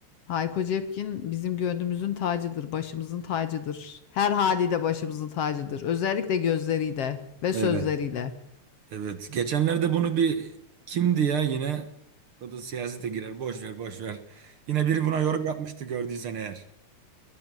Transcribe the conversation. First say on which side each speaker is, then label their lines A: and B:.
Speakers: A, on the left (about 60°); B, on the right (about 55°).
A: Hayko Cepkin bizim gönlümüzün tacıdır, başımızın tacıdır. Her haliyle başımızın tacıdır. Özellikle gözleriyle ve
B: Evet.
A: sözleriyle.
B: Evet. Geçenlerde bunu bir kimdi ya yine? O da siyasete girer. Boş ver boş ver. Yine biri buna yorum yapmıştı gördüysen eğer.